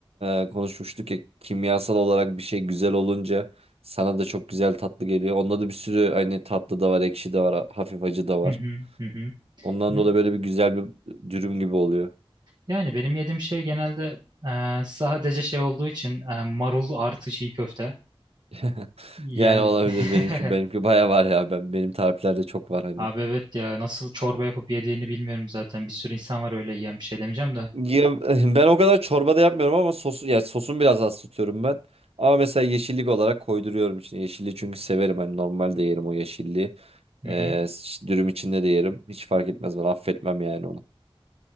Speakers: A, on the right; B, on the right.
A: e, konuşmuştuk ya kimyasal olarak bir şey güzel olunca sana da çok güzel tatlı geliyor. Onda da bir sürü hani tatlı da var, ekşi de var, hafif acı da var.
B: hı hı, hı hı.
A: Ondan
B: Ne-
A: dolayı böyle bir güzel bir dürüm gibi oluyor.
B: Yani benim yediğim şey genelde eee, sadece şey olduğu için eee, marul artı çiğ köfte.
A: <laughs>
B: Yani
A: Yani olabilir
B: <laughs>
A: benimki benimki baya var ya ben benim tariflerde çok var hani.
B: abi evet ya nasıl çorba yapıp yediğini bilmiyorum zaten. Bir sürü insan var öyle yiyen bir şey demeyeceğim de.
A: Ya, <laughs> ben o kadar çorba da yapmıyorum ama sosu yani sosun biraz az tutuyorum ben. Ama mesela yeşillik olarak koyduruyorum içine. Yeşilliği çünkü severim hani normalde yerim o yeşilliği.
B: Hı
A: Ee,
B: hı.
A: dürüm içinde de yerim. Hiç fark etmez bana affetmem yani onu.